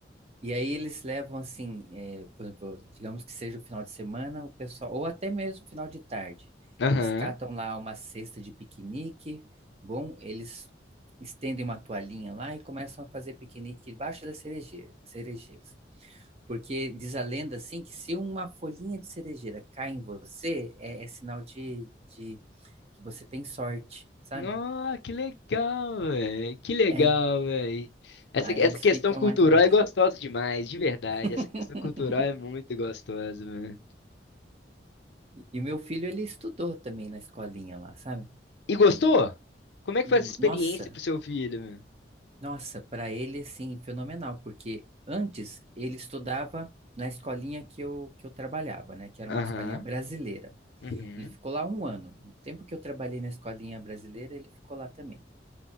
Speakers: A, on the right; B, on the left.
A: E aí eles levam assim, eh, por exemplo, digamos que seja o final de semana, o pessoal, ou até mesmo final de tarde,
B: Aham.
A: eles catam lá uma cesta de piquenique, bom, eles estendem uma toalhinha lá e começam a fazer piquenique debaixo das cerejeira- cerejeiras. Porque diz a lenda assim que se uma folhinha de cerejeira cai em você, é, é sinal de, de que você tem sorte, sabe?
B: Nossa, que legal, velho. Que legal,
A: É,
B: velho. Essa,
A: aí
B: essa
A: eles
B: questão
A: ficam
B: cultural
A: lá debaixo.
B: é gostosa demais, de verdade.
A: <laughs>
B: Essa questão cultural é muito gostosa, mano.
A: E e o meu filho, ele estudou também na escolinha lá, sabe?
B: E gostou?
A: E,
B: Como é que foi essa experiência
A: nossa,
B: pro seu filho, mano?
A: nossa, para ele, assim, fenomenal, porque antes ele estudava na escolinha que eu, que eu trabalhava, né? Que era
B: Aham.
A: uma escolinha brasileira.
B: Uhum.
A: Ele ficou lá um ano. No tempo que eu trabalhei na escolinha brasileira, ele ficou lá também.